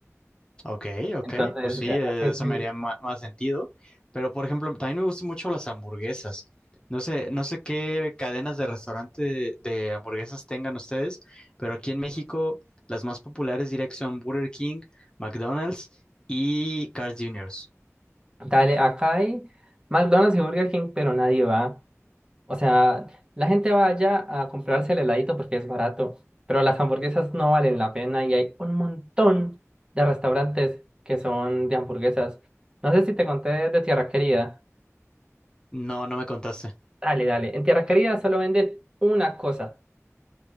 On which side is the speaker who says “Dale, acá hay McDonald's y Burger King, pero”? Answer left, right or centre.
Right